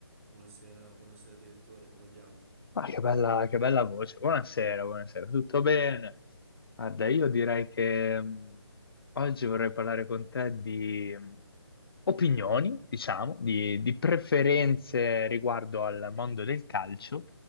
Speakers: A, on the right; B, on the left.
A: Buonasera, buonasera direttore, come andiamo?
B: Ma che bella, che bella voce. Buonasera, buonasera. Tutto bene? Guarda, io direi che mh, oggi vorrei parlare con te di mh, opinioni, diciamo, di, di preferenze riguardo al mondo del calcio